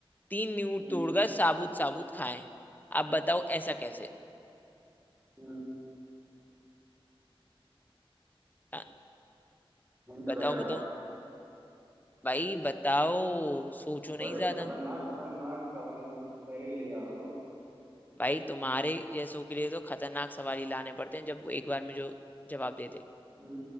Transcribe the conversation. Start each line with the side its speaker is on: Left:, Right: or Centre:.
Left: तीन नींव
Right: हम्म
Left: तोड़कर साबुत साबुत खाएं अब बताओ ऐसा कैसे
Right: हम्म
Left: हाँ,
Right: हिंट
Left: बताओ
Right: दो यार
Left: बताओ भाई बताओ सोचो नहीं
Right: बड़े
Left: ज्यादा
Right: खतरनाक खतरनाक सवाल पहले लेके आ रहे हो तुम
Left: भाई तुम्हारे जैसों के लिए तो खतरनाक सवाल ही लाने पड़ते हैं जब वो एक बार में जो जवाब देते
Right: हम्म